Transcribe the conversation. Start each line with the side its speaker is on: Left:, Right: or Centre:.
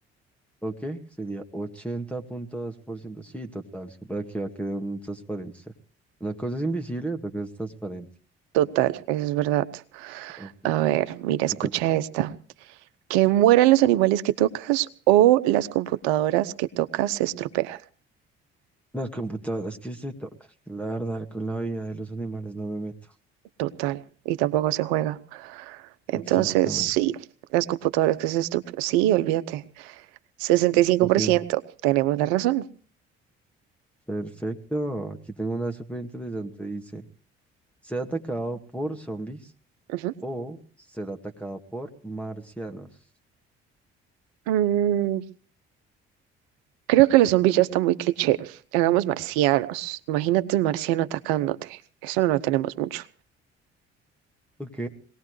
Centre: Ok, sería ochenta punto dos por ciento, Sí, total, es que para que va a quedar un transparencia. Una cosa es invisible otra cosa es transparente.
Right: total, eso es verdad.
Centre: Ok,
Right: A ver, mira, escucha
Centre: te toca.
Right: esta. Que mueran los animales que tocas o las computadoras que tocas se estropean.
Centre: Las computadoras, que se toca? La verdad, con la vida de los animales no me meto.
Right: Total, y tampoco se juega. Entonces,
Centre: Exactamente.
Right: sí, las computadoras que se estropean, sí, olvídate. Sesenta y cinco
Centre: Ok,
Right: por ciento, tenemos la razón.
Centre: perfecto. Aquí tengo una súper interesante. Dice, ser atacado por zombies
Right: Ujú.
Centre: o ser atacado por marcianos.
Right: Mm, Creo que los zombies ya están muy cliché. Hagamos marcianos. Imagínate un marciano atacándote. Eso no lo tenemos mucho.
Centre: Ok.